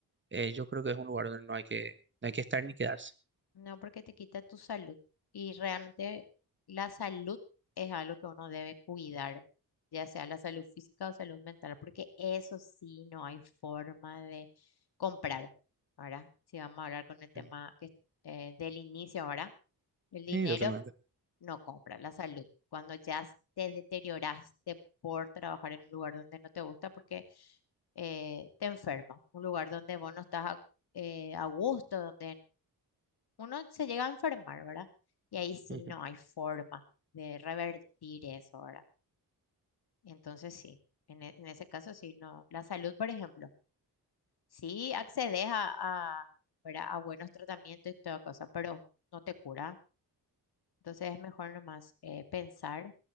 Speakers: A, on the right; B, on the left.
A: eh, yo creo que es un lugar donde no hay que, no hay que estar ni quedarse.
B: No, porque te quita tu salud. Y realmente la salud es algo que uno debe cuidar, ya sea la salud física o salud mental, porque eso sí no hay forma de comprar. Ahora, si vamos a hablar con el tema
A: Mm.
B: que, eh, del inicio ahora, el dinero
A: Sí, totalmente.
B: no compra la salud. Cuando ya te deterioraste por trabajar en un lugar donde no te gusta, porque eh, te enfermas, un lugar donde vos no estás a, eh, a gusto, donde uno se llega a enfermar, ¿verdad? Y ahí sí
A: Ujú,
B: no hay forma de revertir eso, ¿verdad? Entonces sí, en, e- en ese caso sí, no. La salud, por ejemplo, sí accedes a, a, ¿verdad? a buenos tratamientos y toda cosa, pero no te cura. Entonces es mejor nomás eh, pensar